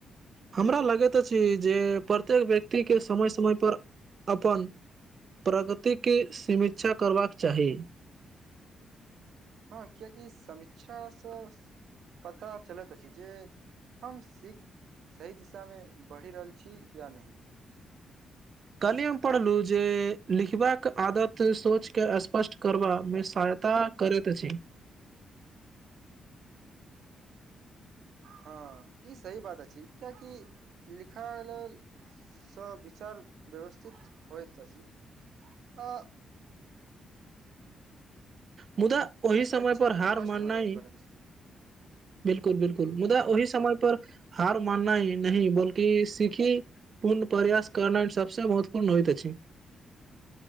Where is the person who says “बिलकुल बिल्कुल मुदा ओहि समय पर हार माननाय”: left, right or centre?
Right